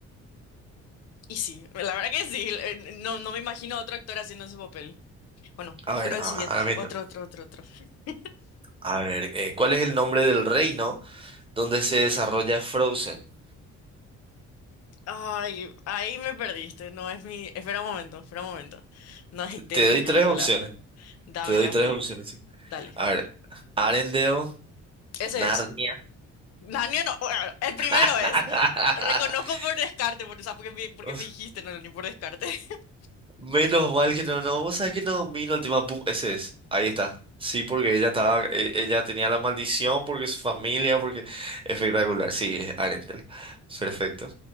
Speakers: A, on the left; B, on the right.
A: Y sí, la verdad que sí, eh, no, no me imagino a otro actor haciendo ese papel. Bueno,
B: A
A: espero
B: ver,
A: el
B: ahora,
A: siguiente.
B: ahora mi
A: Otro,
B: turno.
A: otro, otro, otro. <laughs>
B: A ver, eh, ¿cuál es el nombre del reino? donde se desarrolla Frozen.
A: Ay, ahí me perdiste, no es mi... Espera un momento, espera un momento. No acepté
B: Te, te
A: mi
B: doy
A: película.
B: tres opciones.
A: Dame
B: Te doy
A: las
B: tres
A: películas.
B: opciones, sí.
A: Dale.
B: A ver, Arendelle,
A: Ese
B: Narnia.
A: es. Daniel, no, bueno, el primero
B: <laughs>
A: es. Reconozco por descarte, por, o sea, porque me, porque
B: Uf,
A: me dijiste, no, ni por descarte. <laughs>
B: Menos mal que no, no, vos sabés que no domino el tema, pum, ese es, ahí está. Sí, porque ella estaba, e- ella tenía la maldición, porque su familia, porque espectacular, sí, es Arendelle. Perfecto.